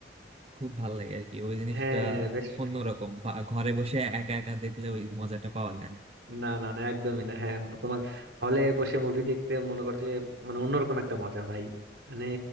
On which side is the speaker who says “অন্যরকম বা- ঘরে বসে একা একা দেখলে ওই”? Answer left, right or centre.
Right